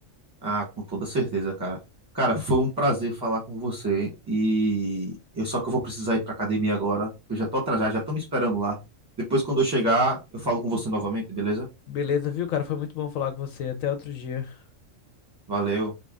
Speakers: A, on the right; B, on the left.
A: Ah, com toda certeza, cara. Cara, foi um prazer falar com você e eu só que eu vou precisar ir pra academia agora. Eu já tô atrasado, já estão me esperando lá. Depois, quando eu chegar, eu falo com você novamente, beleza?
B: Beleza, viu, cara? Foi muito bom falar com você. Até outro dia.
A: Valeu.